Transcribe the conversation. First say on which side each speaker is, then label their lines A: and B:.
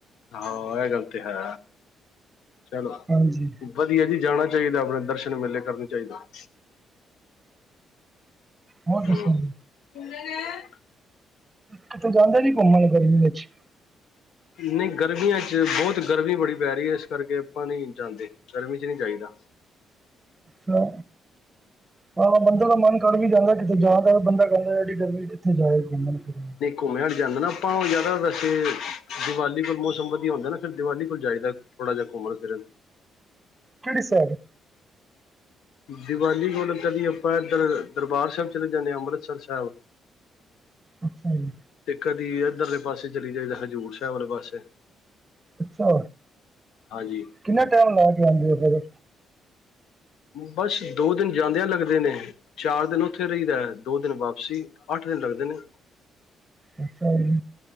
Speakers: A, on the left; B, on the right.
A: ਹਾਂ ਐ ਗਲ ਤੇ ਹੈ, ਚਲੋ
B: ਹਾਂਜੀ।
A: ਵਧੀਆ ਜੀ ਜਾਣਾ ਚਾਈਦਾ ਅਪਣੇ ਦਰਸ਼ਨ ਮੇਲੇ ਕਰਨੇ ਚਾਈਦਾ। ਹਾਂ
B: ਹੋਰ ਦੱਸੋ
A: <unintelligible>
B: ਕੀਤੇ ਜਾਂਦਾ ਨੀ ਘੁੰਮਣ ਗਰਮੀ ਵੇਚ?
A: ਨਈ ਗਰਮੀਆਂ ਚ ਬੋਤ ਗਰਮੀ ਬੜੀ ਪੈ ਰਈ ਐ ਏਸ ਕਰਕੇ ਆਪਾਂ ਨੀ ਜਾਂਦੇ। ਗਰਮੀ ਚ ਨੀ ਜਾਈਦਾ।
B: ਛਾ ਹਾਂ ਬੰਦੇ ਦਾ ਮਨ ਕਰ ਵੀ ਜਾਂਦਾ ਕੀਤੇ ਜਾਦਾ ਬੰਦਾ ਕੈਂਦਾ ਯਾ ਏਨੀ ਗਰਮੀ ਓਥੇ ਜਾਏ ਘੁੰਮਣ-ਫਿਰਨ।
A: ਘੁੰਮੇਆ ਨੀ ਜਾਂਦਾ ਨਾ ਆਪਾਂ ਓ ਯਾਦਾ ਵੈਸੇ ਦੀਵਾਲੀ ਕੋਲ ਮੌਸਮ ਵਧੀਆ ਹੁੰਦਾ ਨਾ ਫੇਰ ਦੀਵਾਲੀ ਕੋਲ ਜਾਈਦਾ ਥੋੜਾ ਜੇਆ ਘੁੰਮਣ-ਫਿਰਨ।
B: ਕੇੜੀ ਸਾਲ?
A: ਦੀਵਾਲੀ ਕੋਲ ਕਦੀ ਆਪਾਂ ਕਦੇ ਦਰਬਾਰ ਸਾਹਿਬ ਚਲੇ ਜਾਂਦੇ ਆ ਅੰਮ੍ਰਿਤਸਰ ਸੈਬ। <inaudible>
B: ਅੱਛਾ ਜੀ।
A: ਤੇ ਕਦੀ ਏਧਰਲੇ ਪਾਸੇ ਚਲੀ ਜਾਈਦਾ ਹਜ਼ੂਰ ਸਾਹਿਬ ਵਾਲੇ ਪਾਸੇ।
B: ਅੱਛਾ,
A: ਹਾਂਜੀ
B: ਕੀਨਾ ਟਾਈਮ ਲਾ ਕੇ ਆਂਨੋ ਓ ਫੇਰ?
A: ਬਸ ਦੋ ਦਿਨ ਜਾਂਦੇਆਂ ਲੱਗਦੇ ਨੇ ਚਾਰ ਦੇਨ ਓਥੇ ਰਈਦਾ ਐ ਦੋ ਦਿਨ ਵਾਪਸੀ ਅੱਠ ਦੇਨ ਲੱਗਦੇ ਨੇ।
B: ਅੱਛਾ ਜੀ,